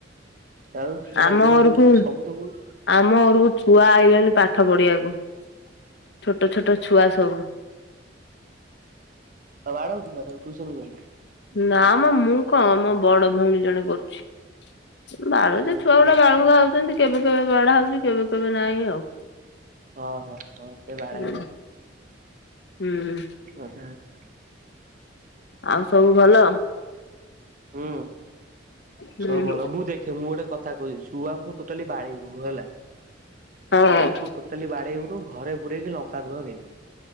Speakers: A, on the right; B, on the left.
A: ଆଉ ପୁରା
B: ଆମ
A: ବୋଳିକି
B: ଘରକୁ
A: ବୁଲିଲୁ ସବୁ ତ ବୋଳୁଛୁ।
B: ଆମ ଘରକୁ ଛୁଆ ଆଇଲେଣି ପାଠ ପଢିବାକୁ, ଛୋଟ ଛୋଟ ଛୁଆ ସବୁ।
A: ଆଉ ବାଡ଼ଉଛୁ ନା ତାକୁ ଟୁସନ କରିକି
B: ନା ମ ମୁଁ କଣ ମୋ ବଡ ଭଉଣୀ ଜଣେ କରୁଛି ବାଳୁତ
A: ଓହୋ
B: ଛୁଆ
A: ହଁ
B: ଗୁଡା ବାଳୁଙ୍ଗା ହଉଛନ୍ତି, କେବେ କେବେ ବଡା ହଉଛି କେବେ କେବେ ନାହିଁ ଆଉ।
A: ହଁ ହଁ ହଁ ସେ ବାଡେଇବା
B: ହୁଁ ହୁଁ
A: ଆଛା ଆଛା।
B: ଆଉ ସବୁ ଭଲ?
A: ହୁଁ।
B: ହୁଁ
A: ସବ ଭଲ ମୁଁ ଦେଖେ ମୁଁ ଗୋଟେ କଥା କହୁଛିି, ଛୁଆଙ୍କୁ ଟୋଟାଲି ବାଡେଇ ବୁନୁ ହେଲା
B: ହଁ।
A: ଛୁଆଙ୍କୁ ଟୋଟାଲି ବାଡେଇବୁନୁ ଘରେ ପୁରେଇକି ଲଙ୍କା ଧୁଆ ଦେଇଦବୁ।